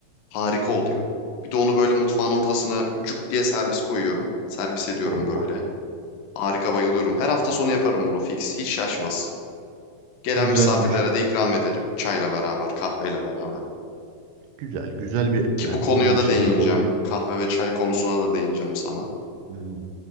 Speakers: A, on the left; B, on the right.
A: Harika
B: Hmm.
A: oluyor. Bir de onu böyle mutfağın ortasına cuk diye servis koyuyorum. Servis ediyorum
B: Oo,
A: böyle. Harika bayılıyorum. Her hafta sonu yaparım bunu fix. Hiç şaşmaz. Gelen
B: güzelmiş.
A: misafirlere de ikram ederim. Çayla beraber, kahveyle beraber.
B: Güzel, güzel bir
A: Ki
B: yani
A: bu konuya
B: uğraşı
A: da değineceğim.
B: bir hobi.
A: Kahve ve çay konusuna da değineceğim sana.
B: Hmm.